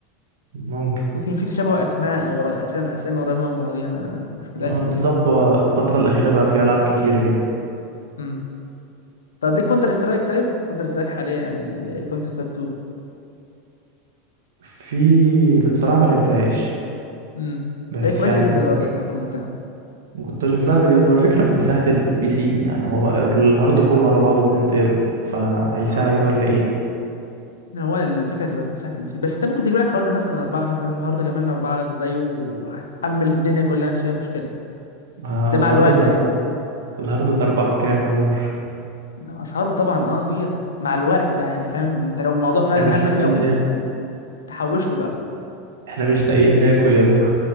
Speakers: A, on the right; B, on the left.
A: ممكن
B: ممكن في تشابه اسماء او قرا- اسامي اسامي قريبه من بعضيها انا مش متاكد
A: ما بالظبط
B: يعني
A: هو الفترة الأخيرة بقى فيها ألعاب كتيرة جدا
B: مم. طب ليه كونتر سترايك طيب كونتر سترايك حاليا يعني كونتر سترايك 2
A: في اللي بصراحة ما لعبتهاش
B: امم
A: بس
B: ليه كويسه
A: يعني
B: جدا
A: كنت
B: برضه
A: بش-
B: على فكره ممتعه
A: كنت أشوف لها فيديوهات هو الفكرة في مساحة البي سي يعني هو الهارد كله على بعضه 2 تيرا فهيساع
B: اه
A: إيه ولا إيه؟
B: هو الفكره تبقى في مساحه البي سي بس انت ممكن تجيب لك هارد مثلا اربعه مثلا هارد كمان اربعه زيه وهتحمل الدنيا كلها مفيش اي مشكله
A: ما
B: ده
A: الهارد
B: مع الوقت
A: الأربعة
B: يعني
A: الهارد الأربعة بكام يا نور؟
B: إنما اسعاره طبعا اه كبيره مع الوقت بقى يعني فاهم انت لو الموضوع فعلا
A: احنا مش
B: همك
A: لاقيين
B: قوي
A: ناكل
B: تحوش له بقى
A: احنا مش لاقيين ناكل يا نور